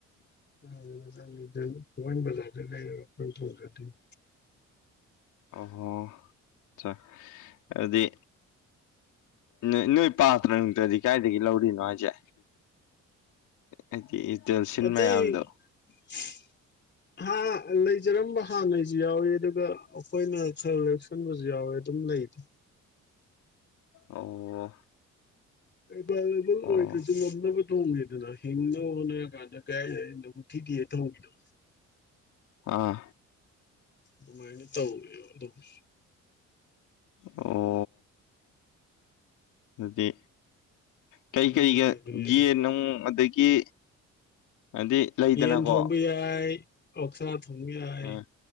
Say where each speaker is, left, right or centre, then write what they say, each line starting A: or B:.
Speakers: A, on the left (about 35°); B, on the left (about 80°).
A: ꯑꯥ ꯃꯆꯟꯒꯤꯗꯤ ꯃꯣꯏꯅ ꯕꯖꯥꯔꯗꯩ ꯂꯩꯌꯨꯔꯒ ꯑꯩꯈꯣꯏꯅ ꯊꯣꯡꯖꯗꯣꯏꯅꯦ
B: ꯑꯣꯍꯣ ꯆꯥꯛ ꯑꯗꯨꯗꯤ ꯅꯣꯏ ꯅꯣꯏ ꯄꯥꯠꯇ꯭ꯔ ꯅꯨꯡꯇ꯭ꯔꯗꯤ ꯀꯥꯏꯗꯒꯤ ꯂꯧꯔꯤꯅꯣ ꯍꯥꯏꯁꯦ꯫ ꯍꯥꯏꯗꯤ ꯏꯇꯦꯜ ꯁꯤꯟ
A: ꯑꯇꯩ
B: ꯃꯌꯥꯝꯗꯣ
A: <unintelligible> ꯍꯥ ꯂꯩꯖꯔꯝꯕ ꯍꯥꯟꯅꯩꯁꯨ ꯌꯥꯎꯏ ꯑꯗꯨꯒ ꯑꯩꯈꯣꯏꯅ ꯈꯔꯥ ꯂꯩꯕ ꯈꯟꯕꯁꯨ ꯌꯥꯎꯋꯦ ꯑꯗꯨꯝ ꯂꯩꯗ
B: ꯑꯣ
A: ꯏꯃꯥꯅꯕ
B: ꯑꯣ
A: ꯑꯣꯏꯗ꯭ꯔꯁꯨ ꯉꯝꯅꯕ ꯇꯣꯡꯉꯦꯗꯅ ꯍꯤꯡꯅꯕ ꯍꯣꯠꯅꯔ ꯀꯥꯟꯗ ꯀꯥꯏꯗꯩꯅꯣ ꯊꯤꯔꯥꯒ ꯇꯧꯕꯤꯗꯣ
B: ꯑꯥ
A: ꯑꯗꯨꯃꯥꯏꯅ ꯇꯧꯋꯦꯕ ꯑꯗꯨꯕꯨ
B: ꯑꯣ ꯑꯗꯨꯗꯤ ꯀꯩꯀꯩꯒ
A: ꯅꯨꯡꯉꯥꯏꯕꯅꯦ
B: ꯌꯦꯟ
A: ꯑꯗꯣ
B: ꯅꯨꯡ ꯑꯗꯒꯤ ꯑꯗꯤ ꯂꯩꯗꯅꯀꯣ
A: ꯌꯦꯟ ꯊꯣꯡꯕ ꯌꯥꯏ ꯑꯣꯛꯁꯥ ꯊꯣꯡꯕ ꯌꯥꯏ
B: ꯑꯥ